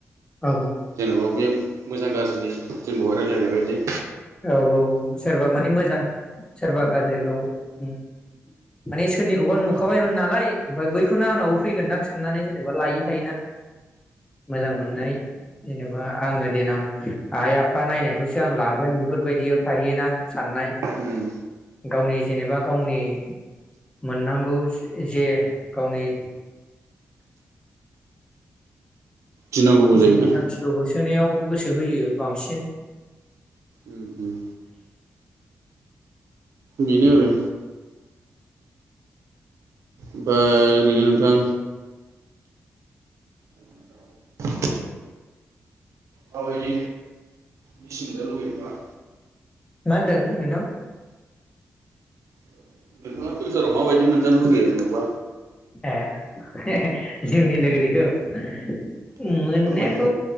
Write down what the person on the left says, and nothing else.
औ
औ औ औ सोरबा मानि मोजां सोरबा गाज्रिखौ उम माने सोरनिखौबा नुखाबायमोन
नालाय ओमफ्राय बैखौनो आंनावबो फैगोनदां आ साननानै जेनेबा लायो। थायोना। मोजां मोननाय जेनेबा आङो देनां आइ आफा नायखौसो आं लागोन बेफोर बायदिबो थाहैयोना साननाय।
गावनि जेनेबा गावनि मोननांगौ जे गावनि
जिउनि थांखिखौ होसो नायाव गोसो होयो बांसिन।
मा होनदों नोंथां।
ए <unintelligible> जिउनि लोगोरिखौ। मोननायाथ'